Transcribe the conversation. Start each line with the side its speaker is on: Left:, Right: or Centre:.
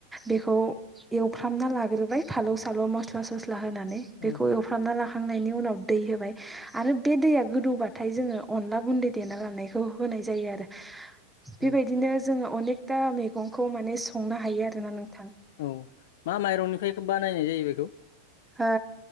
Centre: बेखौ एवफ्रामना लाग्रोबाय फालौ सालौ मस्ला स स्ला होनानै
Left: औ
Centre: बेखौ एवफ्रामना ला नि उनाव दै होबाय आरो बे दैया गोदौबाथाय जोङो अनला गुन्दै देना लानायखौ होनाय जायो बेबायदिनो
Left: औ
Centre: जोङो अनेकथा मैगंखौ माने संनो हायो आरोना नों
Left: औ मा माइरंनिफ्राय बानायनाय जायो बे
Centre: हो